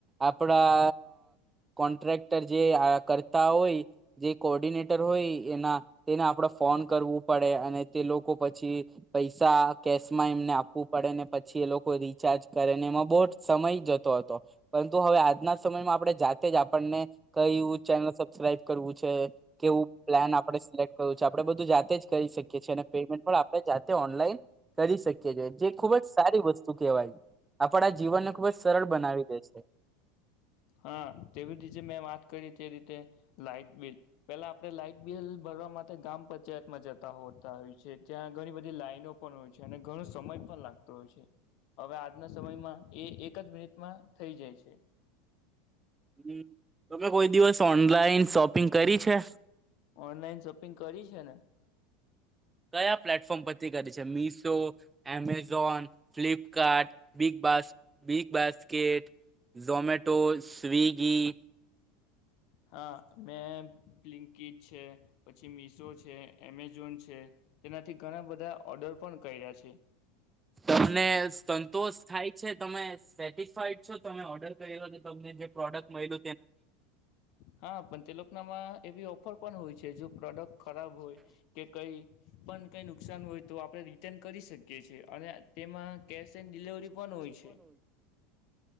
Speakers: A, on the right; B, on the left.
A: આપડા કોન્ટ્રાક્ટર જે કરતા હોય જે કોર્ડિનેટર હોય એના તેને આપણે ફોન કરવું પડે અને તે લોકો પછી પૈસા કેશમાં એમને આપવું પડેને પછી એ લોકો રિચાર્જ કરે ને એમાં બહુ જ સમય જતો હતો પરંતુ હવે આજના સમયમાં આપણે જાતે જ આપણને કયુ ચેનલ સબસ્ક્રાઈબ કરવું છે, કેવું પ્લાન આપણે સિલેક્ટ કરવું છે, આપડે બધું જાતે જ કરી શકીએ છીએ. અને પેમેન્ટ પણ આપણે જાતે ઓનલાઈન કરી શકીએ જે ખુબ જ સારી વસ્તુ કહેવાય આપણા જીવનને ખૂબ જ સરળ બનાવી દે છે.
B: હા તેવી રીતે મેં વાત કરી તે રીતે લાઈટ બિલ પેલા આપણે લાઈટ બિલ ભરવા માટે ગ્રામ પંચાયતમાં જતા હોતા હોય છે, ત્યાં ઘણી બધી લાઈનો પણ હોય છે, અને ઘણો સમય પણ લાગતો હોય છે, હવે આજના સમયમાં એ એક જ મિનિટમાં થઈ જાય છે.
A: હમ તમે કોઈ દિવસ ઓનલાઈન શોપિંગ કરી છે.
B: ઓનલાઈન શોપિંગ કરી છે, ને
A: કયા પ્લેટફોર્મ પરથી કરી છે, મિશો એમેઝોન ફ્લિપકાર્ટ બિગબાસ બિગબાસ્કેટ ઝોમેટોઝસ્વિગી
B: હા, મેં બ્લિકિટ છે, પછી મિશો છે, એમેઝોન છે તેનાથી ઘણાં બધાં ઓર્ડર પણ કર્યા છે.
A: તમને સંતોષ થાય છે તમે સેટિસફાઈડ છો તમે ઓર્ડર કર્યો ને તમને જે પ્રોડક્ટ મળ
B: હા, પણ તે લોકનામાં એવી અર્પણ હોય છે જો પ્રોડક્ટ ખરાબ હોય કે કઈ પણ કઈ નુકસાન હોય તો આપણે રિટર્ન કરી શકીએ છીએ અને તેમાં કેશ એન ડિલવરી પણ હોય છે. <inaudible>